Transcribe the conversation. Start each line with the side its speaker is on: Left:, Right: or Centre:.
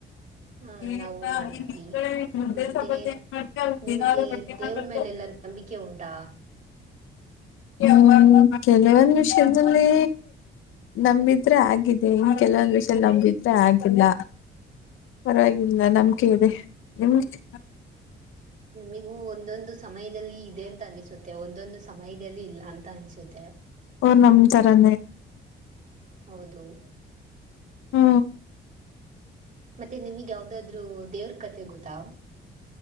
Right: ಹಾ
Left: ಈಗ
Right: ನಾವು ಮಾಡಿದ್ವಿ
Left: ಮುದ್ದೆ
Right: ಮತ್ತೆ
Left: ಚಪಾತಿ ಏನ್ ಮಾಡ್ತೀಯಾ ಅಲ್ಲಿ
Right: ನಿಮಗೆ
Left: ದಿನಲೂ ರೊಟ್ಟಿ
Right: ದೇವ್ರ
Left: ಮಾಡ್ಬೇಕು
Right: ಮೇಲೆಲ್ಲ ನಂಬಿಕೆ ಉಂಟಾ
Left: ಹೂ ಕೆಲವೊಂದು ವಿಷಯದಲ್ಲಿ ನಂಬಿದ್ರೆ ಆಗಿದೆ ಇನ್ ಕೆಲವೊಂದ್ ವಿಷಯದಲ್ಲಿ ನಂಬಿದ್ರೆ ಆಗಿಲ್ಲ ಪರವಾಗಿಲ್ಲ
Right: ಹೌದಾ
Left: ನಂಬಿಕೆ ಇದೆ ನಿಮ್ಗೆ
Right: ನಮಿಗೂ ಒಂದೊಂದು ಸಮಯದಲ್ಲಿ ಇದೆ ಅಂತ ಅನಿಸುತ್ತೆ ಒಂದೊಂದು ಸಮಯದಲ್ಲಿ ಇಲ್ಲ ಅಂತ ಅನ್ಸುತ್ತೆ
Left: ಅವರು ನಂತರನೇ
Right: ಹೌದು
Left: ಹೂ
Right: ಮತ್ತೆ ನಿಮಗೆ ಯಾವುದಾದ್ರು ದೇವ್ರ ಕಥೆ ಗೊತ್ತಾ